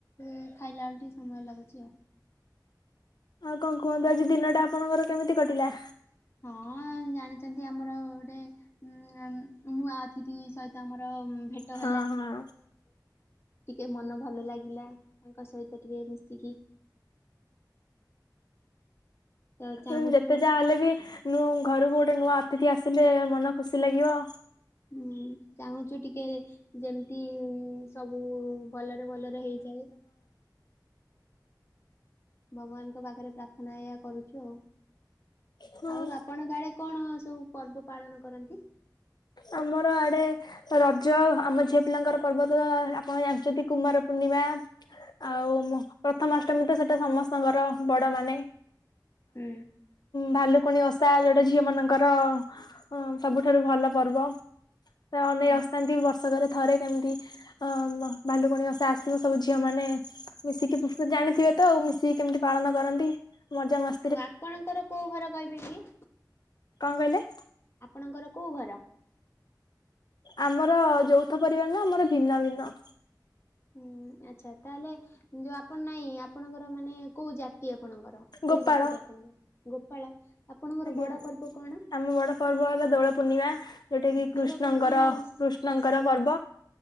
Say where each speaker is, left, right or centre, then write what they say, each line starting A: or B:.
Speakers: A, on the left; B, on the left.
A: ଏ ଖାଇଲା ଅଳୁ ଟିକେ ସମୟ ଲାଗୁଚି, ଆଉ।
B: ଆଉ କଣ କୁହନ୍ତୁ? ଆଜି ଦିନଟା ଆପଣଙ୍କର କେମିତି କଟିଲା?
A: ହଁ, ଜାଣିଛନ୍ତି ଆମର ଗୋଟେ ଉଁ-ଅମ୍ ନୂଆ ଅତିଥି ସହିତ ଆମର ଭେଟ
B: ହଁ
A: ହେଲା। ତ!
B: ହଁ
A: ଟିକେ ମନ ଭଲ ଲାଗିଲା, ତାଙ୍କ ସହିତ ଟିକେ ମିଶିକି। ତ ଚାହୁଁଛୁ
B: ହୁଁ, ଯେତେ ଯାହା ହେଲେ ବି, ନୁଁ ଘରକୁ ଗୋଟେ ନୂଆ ଅତିଥି ଆସିଲେ ମନ ଖୁସି ଲାଗିବ।
A: ହୁଁ, ଚାହୁଁଛୁ ଟିକେ ଯେମିତି-ଇ ସବୁ-ଉ ଭଲରେ ଭଲରେ ହେଇଯାଏ। ଭଗବାନଙ୍କ ପାଖରେ ପ୍ରାର୍ଥନା ଏଇଆ କରୁଛୁ, ଆଉ।
B: ହଁ
A: ଆଉ ଆପଣଙ୍କ ଆଡେ କଣ ସବୁ ପର୍ବ ପାଳନ କରନ୍ତି?
B: ଆମର ଆଡେ ରଜ ଆମ ଝିଅ ପିଲାଙ୍କର ପର୍ବ, ତ-ଅ-ଅ-ଆପଣ ଜାଣିଚନ୍ତି, କୁମାର ପୂର୍ଣ୍ଣିମା। ଆଉ ମୁଁ ପ୍ରଥମାଷ୍ଟମୀ ତ, ସେଟା ସମସ୍ତଙ୍କର, ବଡମାନେ
A: ହୁଁ।
B: ଭାଲୁକୁଣି ଓଷା, ଯୋଉଟା ଝିଅ ମାନଙ୍କର-ଅଁ ସବୁଠାରୁ ଭଲ ପର୍ବ। ସେ ଅନେଇ
A: ହୁଁ
B: ବସିଥାନ୍ତି, ବର୍ଷକରେ ଥରେ କେମିତି ଅ, ମ ଭାଲୁକୁଣି ଓଷା ଆସିବ, ସବୁ ଝିଅ ମାନେ ମିଶିକି, <unintelligible> ଜାଣିଥିବେ ତ, ଆଉ ମିଶିକି କେମିତି ପାଳନ କରନ୍ତି। ମଜା ମସ୍
A: ଆଉ ଆପଣଙ୍କର କୋଉ ଘର, କହିବେ କି?
B: କଣ କହିଲେ?
A: ଆପଣଙ୍କର କୋଉ ଘର?
B: ଆମର ଯୌଥ ପରିବାର ନୁହଁ, ଆମର ଭିନ୍ନ ଭିନ୍ନ।
A: ହୁଁ, ଆଚ୍ଛା। ତାହେଲେ, ଯୋଉ ଆପଣ ନାଇଁ ଆପଣଙ୍କର ମାନେ କୋଉ ଜାତ୍ ତି ଆପଣଙ୍କର, କୋଉ
B: ଗୋପାଳ
A: ଜାତିରେ ଆପଣଙ୍କ? ଗୋପାଳ! ଆପଣଙ୍କର
B: ଆଜ୍ଞା,
A: ବଡ ପର୍ବ କଣ?
B: ଆମ ବଡ ପର୍ବ ହେଲା ଦୋଳ ପୂର୍ଣ୍ଣିମା। ଯୋଉଟା କିି
A: ଦୋଳ
B: କୃଷ୍ଣଙ୍କର,
A: ପୂର୍ଣ୍ଣିମା ବିଷ୍
B: କୃଷ୍ଣଙ୍କର
A: ବିଷୟରେ
B: ପର୍ବ।